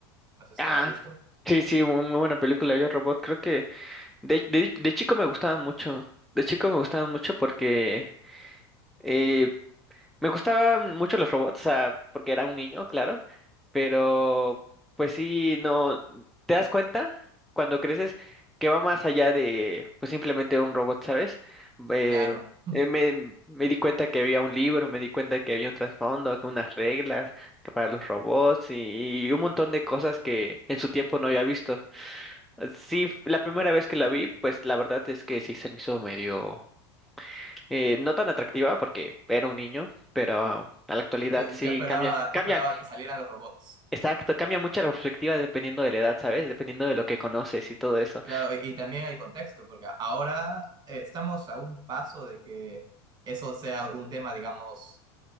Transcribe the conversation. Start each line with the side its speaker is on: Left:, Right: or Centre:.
Right: no sé si
Centre: Ah,
Right: la has visto.
Centre: sí, sí, muy, muy buena película, Yo Robot. Creo que de, de, de chico me gustaba mucho. De chico me gustaba mucho porque eh, Me gustaban mucho los robots, o sea, porque era un niño, claro, pero pues sí, no, te das cuenta cuando creces que va más allá de pues simplemente un robot, ¿sabes? Eh,
Right: Claro, <laughs>
Centre: eh, me, me di cuenta que había un libro, me di cuenta que había un trasfondo, que unas reglas que para los robots y, y un montón de cosas que en su tiempo no había visto. Sí, la primera vez que la vi, pues la verdad es que sí se me hizo medio eh, no tan atractiva porque era un niño, pero a la actualidad
Right: yo
Centre: sí
Right: esperaba,
Centre: cambia, cambia,
Right: yo esperaba que salieran los robots.
Centre: exacto, cambia mucho la perspectiva dependiendo de la edad, ¿sabes? Dependiendo de lo que conoces y todo eso.
Right: Claro, y, y también hay contexto, porque ahora eh, estamos a un paso de que eso sea un tema, digamos,